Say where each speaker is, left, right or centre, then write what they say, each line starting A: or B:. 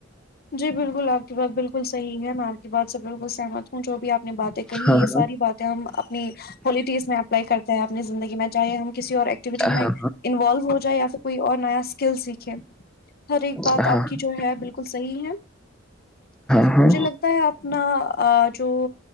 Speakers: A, on the left (about 50°); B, in the centre.
A: جی بالکل آپ کی بات بالکل صح ہے میں آپ کی بات سے بالکل سہمت ہوں جو بھی آپ اپنی باتیں کہی
B: ہاں
A: یہ ساری
B: ہاں
A: باتیں ہم اپنی پالٹیز میں اپلائی کرتے ہیں اپنی زندگی میں چاہے ہم کسی اور ایکو
B: ہاں
A: میں انوالو ہو جائے یا پھر کوئی اور نیا اسکل سیکھے ہر ایک بات
B: ہاں ہاں
A: آپ کی جو ہے بالکل صحیح ہے
B: ہاں
A: مجھے لگتا ہوتا ہے اپنا جو